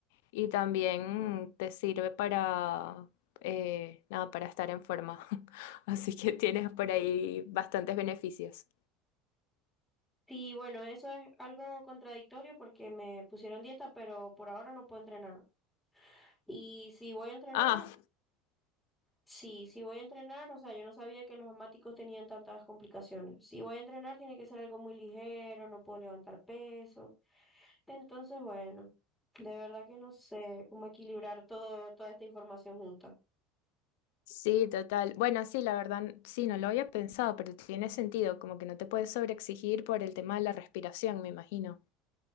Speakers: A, on the left; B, in the centre.
A: Y también te sirve para, eh, nada, para estar en forma. <laughs> Así que tienes por ahí bastantes beneficios.
B: Sí, bueno, eso es algo contradictorio porque me pusieron dieta, pero por ahora no puedo entrenar. Y si voy a entrenar,
A: Ah.
B: Sí, si voy a entrenar, o sea, yo no sabía que los asmáticos tenían tantas complicaciones. Si voy a entrenar, tiene que ser algo muy ligero, no puedo levantar peso. Entonces, bueno, de verdad que no sé cómo equilibrar todo, toda esta información junta.
A: Sí, total. Bueno, sí, la verdad, sí, no lo había pensado, pero tiene sentido, como que no te puedes sobreexigir por el tema de la respiración, me imagino.